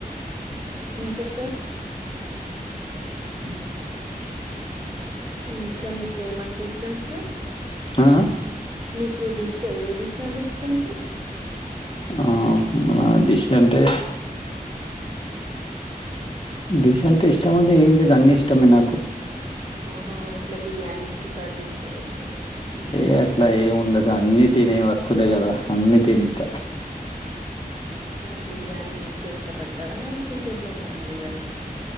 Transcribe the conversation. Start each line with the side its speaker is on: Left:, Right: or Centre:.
Right: ఇంకా సార్
Left: <inaudible>
Right: ఇంకా మీకేమంటే ఇష్టం సార్
Left: ఆ
Right: మీకు డిష్ ఏ డిష్ అంటే ఇష్టం సార్
Left: ఆ ఆ డిష్ అంటే డిష్ అంటే ఇష్టం అని ఏం లేదు అన్ని ఇష్టమే నాకు
Right: హ ఇట్లా బిర్యానీస్ కర్రీస్ ఉంటది
Left: ఏ అట్లా
Right: కదా
Left: ఏమి ఉండదు అన్ని తినే వస్తువులే కదా అన్ని తింట
Right: ఆ బిర్యానీని ఎక్కువ ఇష్టపడతారా అల లేకుంటే ఇట్లా నార్మల్ రైస్ ఆ